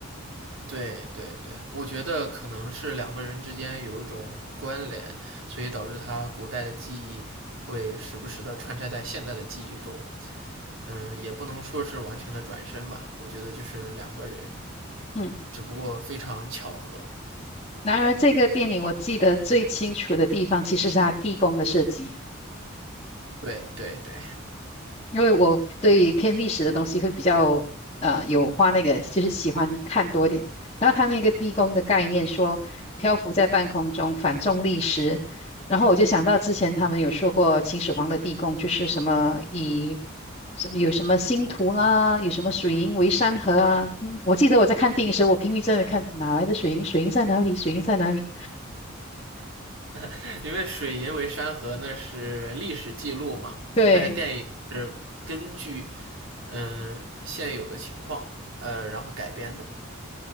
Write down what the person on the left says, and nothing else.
嗯，
然而这个电影我记得最清楚的地方，其实是它地宫的设计。
因为我对偏历史的东西会比较呃有花那个，就是喜欢看多一点。然后他那个地宫的概念说漂浮在半空中，反重力时，然后我就想到之前他们有说过秦始皇的地宫就是什么以什么有什么星图啦，有什么水银为山河啊。嗯，我记得我在看电影时候，我拼命在那边看哪来的水银，水银在哪里，水银在哪里？
对